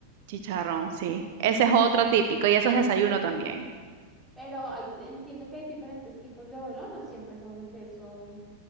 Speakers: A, on the right (about 50°); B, in the centre.
A: Chicharrón, sí. Ese es
B: Uf,
A: otro típico y eso es desayuno también.
B: pero hay- entiendo que hay diferentes tipos de bolón, o siempre son queso